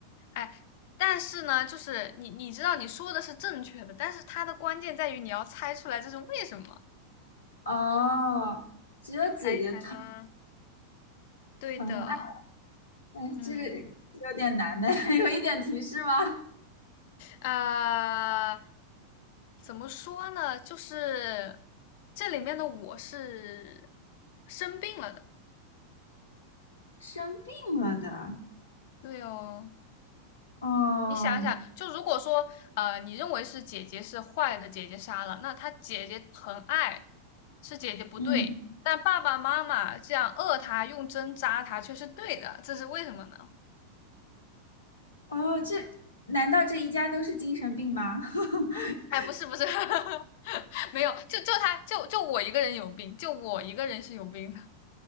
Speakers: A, on the left; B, on the left.
A: 哎，但是呢，就是你你知道你说的是正确的，但是它的关键在于你要猜出来这是为什么。
B: 哦，只有姐姐疼
A: 猜一猜呢？对的，
B: 疼爱，哎，
A: 嗯，
B: 这个有点难呢，<laughs> 有一点提示吗？
A: 呃，怎么说呢？就是这里面的我是生病了的。
B: 生病了的，
A: 对哦，
B: 哦，
A: 你想一想，就如果说，呃，你认为是姐姐是坏的，姐姐杀了，那她姐姐疼爱，是姐姐不对，
B: 嗯，
A: 但爸爸妈妈这样饿她，用针扎她却是对的，这是为什么呢？
B: 哦，这难道这一家都是精神病吗？<laughs>
A: 哎，不是不是，<laughs> 没有，就就他就就我一个人有病，就我一个人是有病的。